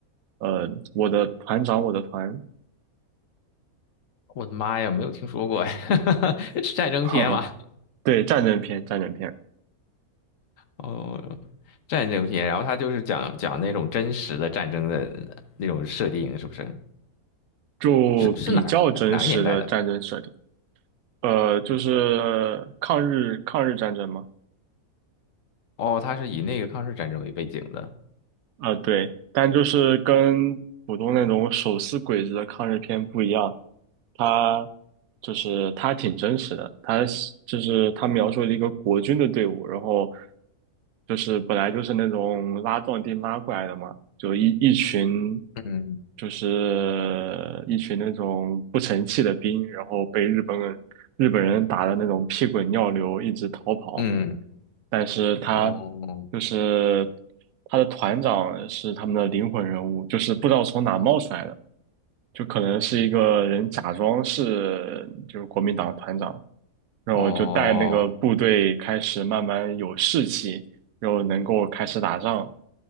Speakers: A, on the right (about 75°); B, on the left (about 65°).
A: 呃，我的团长，我的团，<laughs>
B: 我的妈呀，没有听说过哎，<laughs> 是战争片吗？
A: 哈哈，对，战争片，战争片，
B: 哦，战争片，然后它就是讲讲那种真实的战争的那种设定，是不是？
A: 就比较真实的战争设定，
B: 是是哪哪个年代的？
A: 呃，就是抗日抗日战争嘛，
B: 哦，它是以那个抗日战争为背景的。
A: 啊、对，但就是跟普通那种手撕鬼子的抗日片不一样，他就是他挺真实的，他是就是他描述了一个国军的队伍，然后就是本来就是那种拉壮丁拉过来的嘛，就一一群
B: 嗯
A: 就是一群那种不成器的兵，然后被日本人日本人打的那种屁滚尿流，一直逃跑，
B: 嗯，
A: 但是他
B: 哦
A: 就是他的团长是他们的灵魂人物，就是不知道从哪冒出来的。就可能是一个人假装是就是国民党团长，然后就带那个部队开始慢慢有士气，
B: 哦。
A: 然后能够开始打仗。